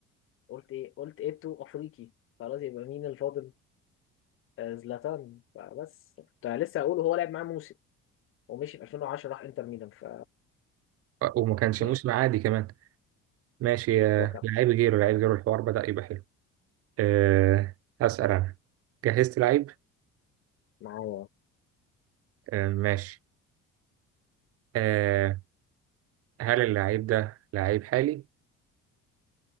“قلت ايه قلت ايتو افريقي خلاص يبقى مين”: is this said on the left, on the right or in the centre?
Left